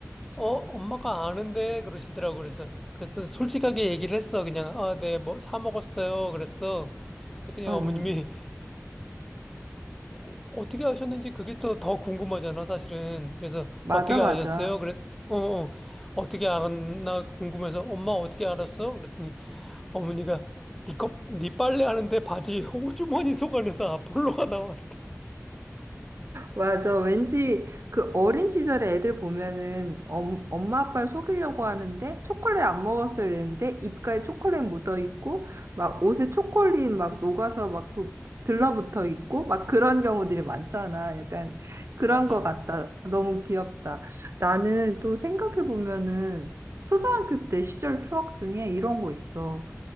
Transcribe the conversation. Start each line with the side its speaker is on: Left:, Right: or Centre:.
Centre: 어, 엄마가 아는데 그러시더라고. 그래서 그래서 솔직하게 얘기를 했어. 그냥 아, 네, 뭐 사 먹었어요. 그랬어. 그랬더니
Right: 응,
Centre: 어머님이
Right: 응.
Centre: <laughs> 어떻게 아셨는지 그게 또 더 궁금하잖아, 사실은. 그래서
Right: 맞아,
Centre: 어떻게
Right: 맞아.
Centre: 아셨어요? 그랬 어, 어. 어떻게 알았나 궁금해서 엄마 어떻게 알았어? 그랬더니 어머니가 네 거, 네 빨래 하는데 바지 호주머니 속 안에서 아폴로가 나왔대.
Right: 맞아. 왠지 그 어린 시절에 애들 보면은 엄, 엄마 아빠를 속이려고 하는데 초콜릿 안 먹었어요 이랬는데 입가에 초콜릿 묻어 있고 막 옷에 초콜릿 막 녹아서 막 그 들러붙어 있고 막 그런 경우들이 많잖아. 약간 그런
Centre: 맞아.
Right: 거 같다. 너무 귀엽다. 나는 또 생각해 보면은 초등학교 때 시절 추억 중에 이런 거 있어.